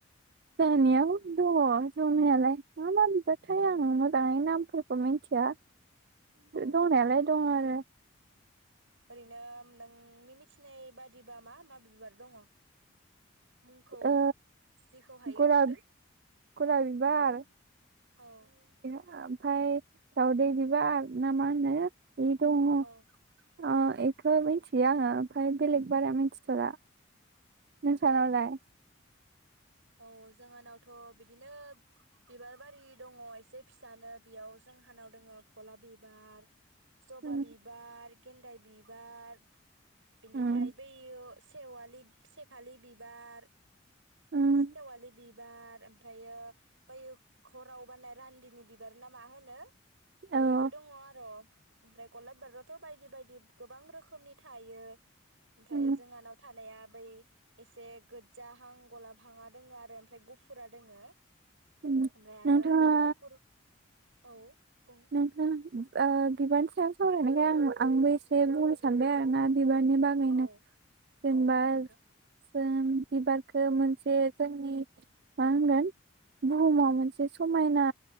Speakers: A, on the right; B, on the right.
A: जानियाव दङ' जनायालाय मा मा नाथाय आङो दायो नाम खौ मिन्थिया
B: औ
A: दंनायालाय दङ' आ <inaudible>
B: ओरैनो नोंनि मिथिनाय बादिबा मा मा बिबार दङ' मुंखौ
A: ओ
B: जेखौ हायो
A: गलाब
B: बुंदो
A: गलाब बिबार
B: औ औ।
A: ओमफ्राय दावदै बिबार ना मा होनो बे दङ'
B: औ
A: आ
B: औ
A: एख ओमफ्राय आङो बेलेग बारा मिन्थिथला नोंसानावलाय?
B: औ जोंहानावथ' बिदिनो बिबार बारि दङ' एसे फिसानो बेयाव जोंहानाव दङो गलाब बिबार जबा
A: उम
B: बिबार गेन्दाय बिबार बिनिफ्राय
A: उम
B: बैयो सेवालि सेफालि बिबार
A: उम
B: सेवालि बिबार ओमफ्रायो बैयो हराव बारनाय रान्दिनि बिबार ना मा होनो।
A: औ
B: बेबो दङ आरो। ओमफ्राय गलाब बिबाराथ बायदि बायदि गोबां रोखोमनि थायो। ओमफ्राय
A: उम
B: जोंहानाव थानाया। बै एसे गोजाहां गलाब। बिफांआ दङ आरो ओमफ्राय गुफुरा दोङो।
A: उम
B: दा आरो
A: नोंथाङा
B: बे गुफुर। औ बुं
A: नोंथां बिबारनि सायाव सावरायनायखो आं आंबो एसे बुंनो सानबाय आरोना। बिबारनि बागैनो
B: औ
A: जेनेबा
B: औ बुं नोंथां
A: जों। बिबारखौ मोनसे जोंनि मा होनगोन बुहुमाव मोनसे समायना।